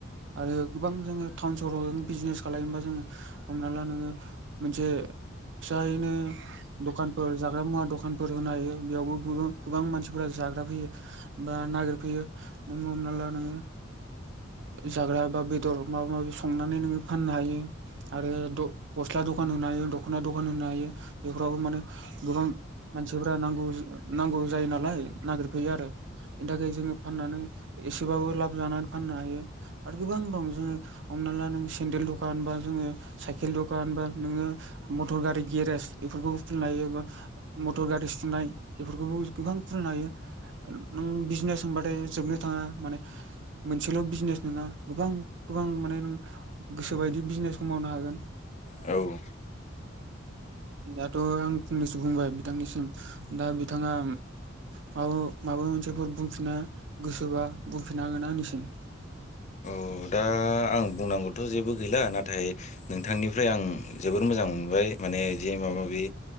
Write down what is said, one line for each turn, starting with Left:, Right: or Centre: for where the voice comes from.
Right: आरो गोबां जोङो टाउन सहराव बिजिनेस खालामलनोबा जोङो हमना ला नोङो मोनसे फिसायैनो दखानफोर जाग्रा मुवा दखानफोर होनो हायो बेयावबो गोबां मानसि जाग्रा फैयो बा नागिरफैयो नोंङो हमना ला नोङो। जाग्रा बा बेदर माबा माबि संनानै नोङो फाननो हायो। आरो गस्ला दखान होनो हायो दख'ना दखान होनो हायो बेफोरावबो माने गोबां मानसिफोरा नांगौ नांगौ जायो नालाय नागिरफैयो आरो। बेनि थाखाय जोङो फाननानै एसेबाबो लाब जानानै फाननो हायो आरो गोबां दं जोङो हमना ला नों सेन्देल दखानबा जोङो साइकेल दखानबा नोङो। मटर गारि गेरेज बेफोरखौबो फुलिनो हायोबा मटर गारि सुनाय बेफोरखौबो गोबां खुलिनो हायो नों बिजिनेस होनबाथाय जोबनो थाङा माने मोनसेल' बिजिनेस नङा गोबां गोबां माने गोसोबायदि बिजनेसखौ मावनो हागोन।
Left: औ
Right: दाथ' आं फंनैसो बुंबाय बिथांनिसिम दा बिथाङा मा माबा मोनसेफोर बुंफिननो गोसोबा बुंफिन हागोन आंनिसिम।
Left: अ दा आं बुंनांगौथ' जेबो गैला नाथाय नोंथांनिफ्राय आं जोबोर मोजां मोनबाय माने बिदि माबा माबि